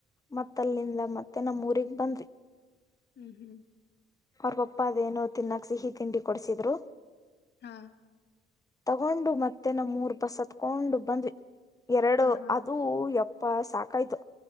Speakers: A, on the left; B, on the left.
A: ಮತ್ತಲ್ಲಿಂದ ಮತ್ತೆ ನಮ್ಮೂಗ್ ಬಂದಿ
B: ಹ್ಮ್ ಹ್ಮ್
A: ಅವ್ರ ಬಪ್ಪ ಅದೇನು ತಿನ್ನಕ್ ಸಿಹಿ ತಿಂಡಿ ಕೊಡ್ಸಿದ್ರು
B: ಹಾ
A: ತಗೊಂಡು ಮತ್ತೆ ನಮ್ಮ ಮೂರ್ ಬಸ್ ಹತ್ಕೊಂಡು ಬಂದ್ವಿ ಎರಡು
B: ಹ ಹಾ
A: ಅದು ಎಪ್ಪ ಅಪ ಸಾಕಾಯ್ತು